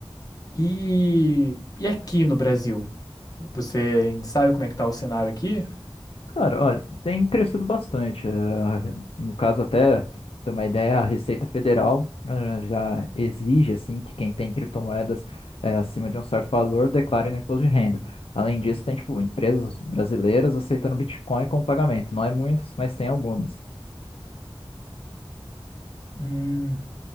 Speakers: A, on the left; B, on the left.
A: E, e aqui no Brasil? Você sabe como é que tá o cenário aqui?
B: Cara, olha, tem crescido bastante. eh, No caso, até ter uma ideia, a Receita Federal eh, já exige assim que quem tem criptomoedas eh, acima de um certo valor declare no imposto de renda. Além disso, tem tipo empresas brasileiras aceitando Bitcoin como pagamento. Não é muitas, mas tem algumas.
A: Hum,